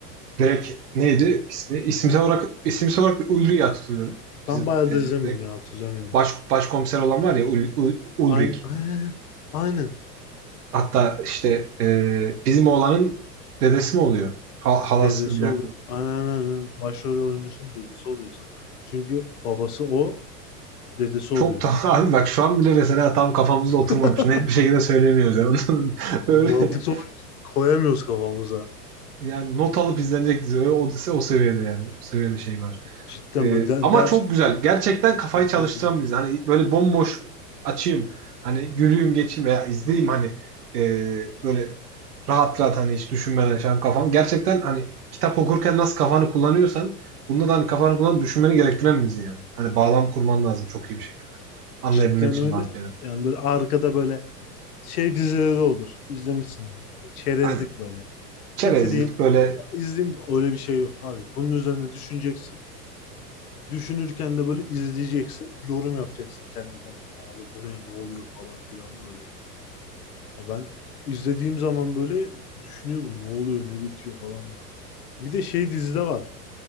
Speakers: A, on the right; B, on the left.
A: direkt neydi ismi? İsimsel olarak isimsel olarak bir Ulrich'e tutuluyorum. Bizim
B: Ben bayağı
A: e,
B: da izlemiyorum
A: direkt
B: ya hatırlamıyorum.
A: baş, başkomiser olan var ya Ul, Ul- Ulrich.
B: Aynen. <laughs> Aynen.
A: Hatta işte eee, bizim oğlanın dedesi mi oluyor? Ha- halası
B: Dedesi
A: mı bir dakika.
B: oluyor. Aynen aynen. aynen. Başrol oyuncusunun dedesi oluyor sanırım. Çünkü babası o, dedesi
A: Çok
B: oluyor.
A: da <laughs> abi bak şu an bile mesela tam kafamızda oturmamış.
B: <laughs>
A: Net bir şekilde söyleyemiyoruz yani. <laughs> Öyle
B: Mantıksal olarak koyamıyoruz kafamıza.
A: yani not alıp izlenecek dizi. Öyle, o, o seviyede yani. O seviyede şey var.
B: Cidden
A: Ee,
B: böyle de-
A: ama
B: ders
A: çok güzel. Gerçekten kafayı
B: şey yapar
A: çalıştıran
B: gibi.
A: bir dizi. Hani böyle bomboş açayım. Hani gülüyüm geçeyim veya izleyeyim hani ee, böyle rahat rahat hani hiç düşünmeden şey yapayım kafam. Gerçekten hani kitap okurken nasıl kafanı kullanıyorsan bunda da hani kafanı kullanıp düşünmeni gerektiren bir dizi yani. Hani bağlam kurman lazım çok iyi bir şekilde. Anlayabilmen
B: Cidden
A: için
B: öyle.
A: bazı şeyler.
B: Yani böyle arkada böyle şey dizileri olur. İzlemişsin. Çerezlik
A: Aynen.
B: böyle.
A: Çerezlik
B: Bitireyim.
A: böyle
B: izleyeyim. Öyle bir şey yok abi. Bunun üzerine düşüneceksin. Düşünürken de böyle izleyeceksin. Yorum yapacaksın kendi kendine. Abi bu ne ne oluyor falan filan böyle. Ya ben izlediğim zaman böyle düşünüyordum. Ne oluyor ne bitiyor falan böyle. Bir de şey dizide var.